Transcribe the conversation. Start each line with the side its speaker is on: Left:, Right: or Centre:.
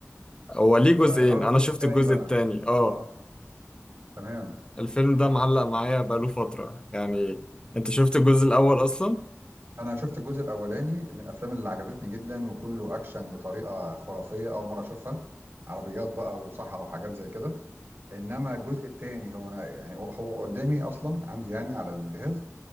Left: هو ليه جزئين
Right: ده اه ده
Left: انا
Right: الجزء
Left: شفت
Right: الثاني
Left: الجزء
Right: بقى
Left: التاني اه
Right: اه تمام
Left: الفيلم ده معلق معايا بقاله فترة يعني انت شفت الجزء الاول اصلا
Right: انا شفت الجزء الاولاني من الافلام اللي عجبتني جدا وكله اكشن بطريقه خرافيه اول مره اشوفها عربيات بقى وصحراء وحاجات زي كده انما الجزء الثاني هو انا يعني هو قدامي اصلا عندي يعني على الجهاز